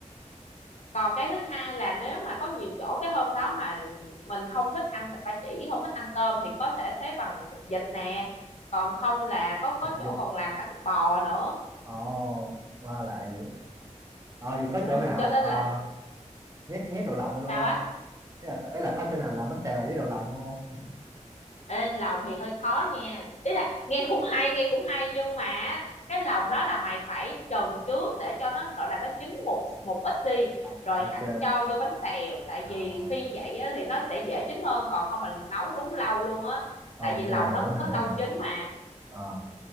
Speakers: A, on the left; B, on the right.
A: còn cái thứ hai là nếu mà có nhiều chỗ cái hôm đó mà mình không thích ăn thịt ba chỉ không thích ăn tôm thì có thể thế bằng thịt vịt nè còn không là có có
B: thịt
A: chỗ
B: vịt
A: còn làm cả thịt bò nữa
B: ồ qua lạ vậy ờ vậy có
A: Ừ,
B: chỗ nào
A: cho nên
B: ờ,
A: là
B: nhét nhét đậu lòng này luôn
A: sao
B: không
A: á
B: ý là ý là có chỗ nào làm bánh tèo với đậu lòng luôn không
A: Ê, lòng thì hơi khó nha ý là nghe cũng hay nghe cũng hay nhưng mà cái lòng đó là mày phải trần trước để cho nó gọi là nó chín một một ít đi
B: à,
A: rồi
B: ok
A: hẳn cho vô bánh xèo tại
B: à,
A: vì khi vậy á, thì nó sẽ dễ chín hơn còn không mà nấu đúng lâu luôn á
B: ok
A: tại vì lòng
B: hiểu
A: nó
B: hiểu
A: nó lâu
B: hiểu
A: chín mà
B: Ờ.